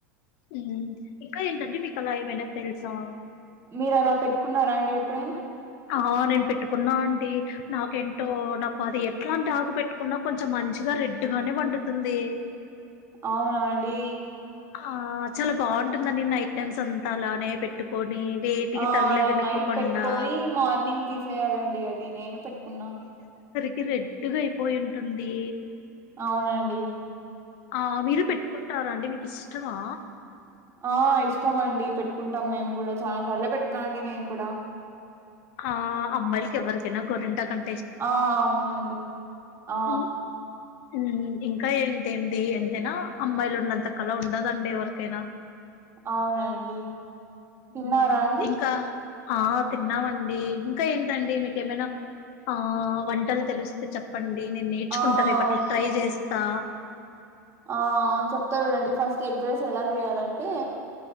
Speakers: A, on the left; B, on the right.
A: మ్మ్ ఇంకా ఏంటండి మీకు అలా ఏమైనా తెలుసా
B: మీరు అలా పెట్టుకున్నారా అండి ఎప్పుడైనా
A: ఆ నేను పెట్టుకున్నా ఆంటీ నాకెంటో నాకు అది ఎట్లాంటి ఆకు పెట్టుకున్నా కొంచెం మంచిగా రెడ్గానే పండుతుంది
B: అవునా అండి
A: ఆ చాలా బాగుంటుందండి. నైట్ టైమ్స్ అంతా అలానే పెట్టుకొని వేటికి
B: ఆ
A: <unintelligible>
B: నైట్
A: కో కుండా
B: పెట్టుకొని మార్నింగ్ తీసేయాలండి అది నేను పెట్టుకున్నా
A: రెడ్గా అయిపోయి ఉంటుంది
B: అవునండి
A: ఆ మీరు పెట్టుకుంటారా అండి మీకు ఇష్టమా
B: ఆ ఇష్టం అండి పెట్టుకుంటాం మేమ్ కూడా చాలా సార్లే పెట్టుకున్నాన్ అండి నేను కూడా
A: ఆ అమ్మాయిలకి ఎవరికైనా గోంటాక్ అం
B: ఆ అవునండి ఆ
A: హ్మ్. హ్మ్ ఇంకా ఏంటిఏంటి ఎంతైనా అమ్మాయిలు ఉన్నంత కలా ఉండదండి ఎవరికైనా
B: అవునండి
A: హ్మ్
B: తిన్నారా అండి
A: ఇంకా ఆ తిన్నామండి ఇంకా ఏంటండి మీకేమైనా ఆ వంటలు తెలుస్తే చెప్పం డి నేన్ నేర్చుకుంటా
B: ఆ
A: రేపట్లో
B: వచ్చండి
A: ట్రై చేస్తా
B: ఆ చెప్తా చూడండి ఫస్ట్ ఎగ్ రైస్ ఎలా చేయాలంటే